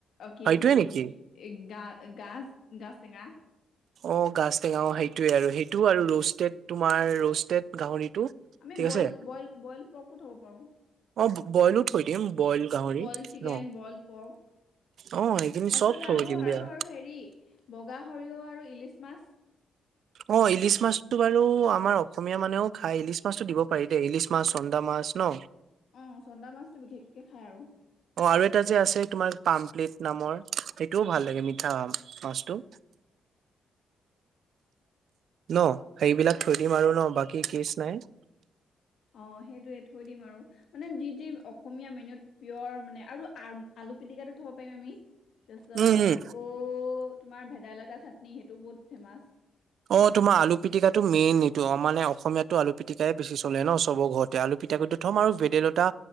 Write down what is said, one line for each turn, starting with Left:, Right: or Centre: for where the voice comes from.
Left: অ' কি
Right: সেইটোৱে
Left: চৰি!
Right: নেকি
Left: এই গা-গাজ-গাজ টেঙা।
Right: অ' গাছ টেঙাও! অ' সেইটোৱে আৰু সেইটো আৰু ৰষ্টেড তোমাৰ ৰষ্টেড গাহৰিটো।
Left: আমি
Right: ঠিক
Left: বইল
Right: আছে
Left: বইল বইল পৰ্কো থব পাৰোঁ।
Right: অ বইলো থৈ দিম বইল গাহৰি
Left: বইল চিকেন,
Right: ন
Left: বল পৰ্ক।
Right: অ সেইখিনি
Left: তাৰছত
Right: চব থৈ
Left: আৰু
Right: দিম দিয়া
Left: আৰু আৰু হেৰি বগা সৰিয়হ আৰু ইলিচ মাছ।
Right: অ' ইলিচ মাছটো বাৰু আমাৰ অসমীয়া মানুহেও খাই ইলিচ মাছতো দিব পাৰি দেই! ইলিচ মাছ, চন্দা মাছ ন?
Left: অ' চন্দা মাছটো বিশেষকে খাই আৰু।
Right: অ' আৰু এটা যে আছে তোমাৰ পামপ্লেট নামৰ সেইটোও ভাল লাগে মিঠা আম। মাছটো! ন সেইবিলাক থৈ দিম আৰু ন বাকী কেচ নাই।
Left: অ সেইটোৱে থৈ দিম আৰু। মানে যি যি অসমীয়া মেনুত পিয়ৰ মানে আৰু আ আলু পিটিকাটো থব পাৰিম আমি। তাৰপিছত
Right: উম উম
Left: আকৌ তোমাৰ ভেদাইলতা চাটনি সেইটো বহুত ফেমাচ।
Right: অ তোমাৰ আলু পিটিকাটো মেইন এইটো অ মানে অসমীয়াতো আলু পিটিকাই বেছি চলে ন চবৰ ঘৰত। তে আলু পিটিকাটো থম আৰু ভেদাইলতা